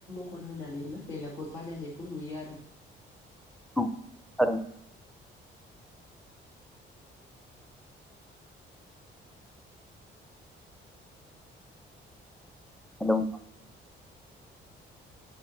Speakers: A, on the left; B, in the centre.
A: होनानैनो बेलागुर बानायनायखौ नुयो आरो
B: औ औ हेलौ नोंथां